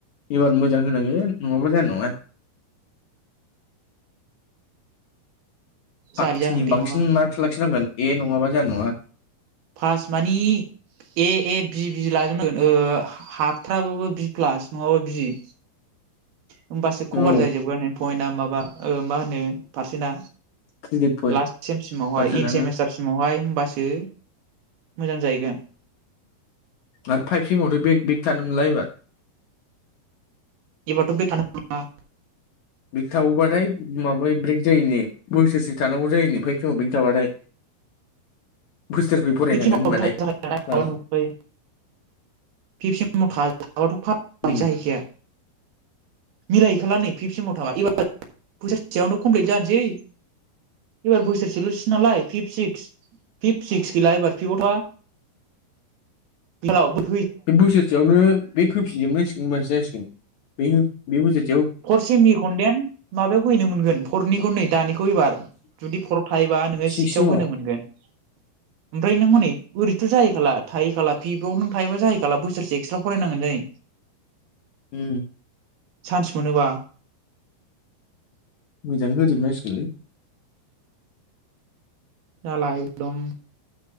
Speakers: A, on the left; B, on the right.
A: एबार मोजां होनांगोन नङाबा जानाय नङा पासनि
B: जालि जागोनलै
A: बांसिन
B: नङाबा
A: मार्कस लाखिनांगोन। ए नङाबा जानाय नङा।
B: फास मानि ए ए बि बि लाजोबनांगोन ओ हाथ्राबाबो बि प्लास नङाबा बि। होमबासो खबार
A: औ
B: जाहैजोबगोन पइन्टआ माबा ओ मा होनो पारसेन्टआ।
A: क्रेडिट पइन्ट
B: लास्ट सेम सिमावहाय
A: पारसेन्टआनो
B: इन सेमिस्टारसिमावहाय होमबासो मोजां जाहैगोन।
A: आरो फाइभ सेम आवथ' बेक बेक था नो मोनला एबार
B: इबारथ' बेक थानो मोनला।
A: बेक थाबाव बाथाय माबायो ब्रेक जायोनो बोसोरसे थानांगौ जायोनो फाइभ सेमाव बेक थाबाथाय। बोसोरब्रै फरायनांगोन
B: फिफ्थ सेमावथ'
A: होनबाथाय
B: थाजाखाया
A: बाबु।
B: माबा नुखायो फिफ्थ सेमाव <unintelligible>
A: उम
B: जाहैखाया। मिलायहैखाला नै फिफ्थ सेमाव थाबा एबार बोसोरसेयावनो कमप्लिट जानोसै एबार बोसोरसेल' सैनालाय फिफ्थ सिक्स, फिफ्थ सिक्स गौला एबार फिफ्थाव था <unintelligible>
A: बे बोसोरसेयावनो। बेक होफिनजोबनांसिगोन होनबासो जासिगोन बेक हो बे बोसोर
B: फर सेमनिखौनडेन माबायाव होहैनो मोनगोन फरनिखौ नै दानिखौ एबार जुदि फरआव थायोबा नोङो
A: सिक्स
B: सिक्सआव
A: सेमाव
B: होनो मोनगोन ओमफ्राय नों हनै ओरै थ' जाहैखाला थाहैखाला फिफ्थाव नों थायोबा जाहैखाला बोसोरसे एक्सट्रा फरायनांगोन जायो।
A: उम
B: चान्स मोनोबा
A: मोजाङै होजोबनांसिगोनलै।
B: जाला एदम